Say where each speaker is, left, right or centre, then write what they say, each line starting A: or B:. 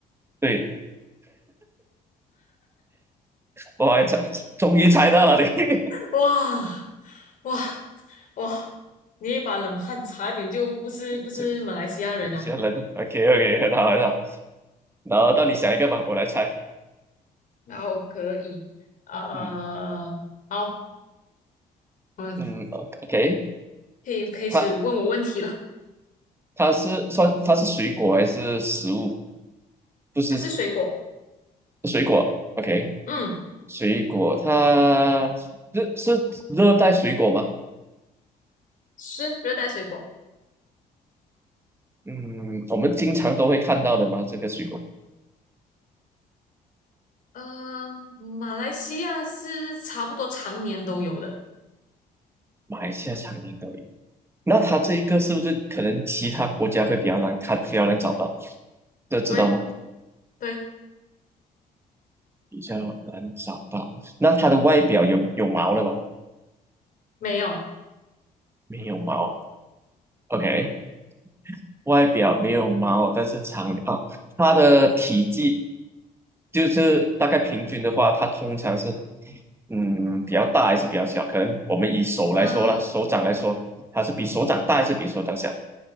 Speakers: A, on the right; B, on the left.
A: 对。我还猜，终于猜到了你，<laughs>
B: 哇。哇哇，你一把冷汗，差点就不是不是马来西亚人了。
A: 这些人，OK OK，很好很好。然后到你想一个吧，我来猜。
B: 然后可以，呃，
A: 嗯
B: 好，我们
A: 嗯，OK，
B: 可以开始问我问题了。
A: 它它是算它是水果还是食物？不是
B: 还是水果？
A: 水果，OK，
B: 嗯，
A: 水果它是是热带水果吗？
B: 是热带水果。
A: 嗯，我们经常都会看到的吗？这个水果，
B: 呃，马来西亚是差不多常年都有的。
A: 马来西亚常年都有那它这一个是不是可能其他国家会比较难看，比较难找到？这知道吗？
B: 对对，
A: 比较难找到。那它的外表有有毛了吧？
B: 没有。
A: 没有毛，OK，外表没有毛，但是长啊，哦它的体积就是大概平均的话，它通常是嗯比较大还是比较小？可能我们以手来说啦，
B: 呃
A: 手掌来说，它是比手掌大还是比手掌小？
B: 啊，